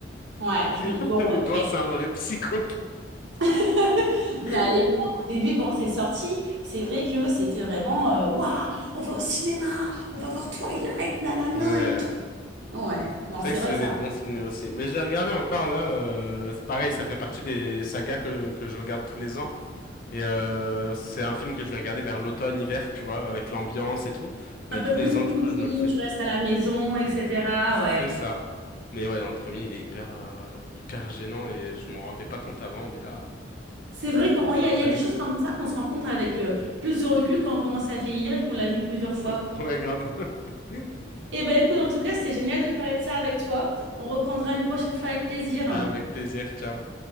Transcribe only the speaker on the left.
<laughs>
Edouard,
c'est un vrai psychopathe.
<laughs>
Ouais.
C'est
vrai que
c'est
des
bons souvenirs aussi. Mais je l'ai regardé encore là. euh, c'est pareil, ça fait partie des sagas que, que je regarde tous les ans. Et euh, c'est un film que je vais regarder vers l'automne, hiver, tu vois, avec l'ambiance et tout.
Bah,
tous
les
ans, du coup, je me le fais.
C'est
ça. Mais ouais, dans le premier, il est hyper, euh, hyper gênant et je m'en rendais pas compte avant, mais là,
ça
me
gêne.
<laughs> Ouais, grave. <laughs>
Avec plaisir, ciao.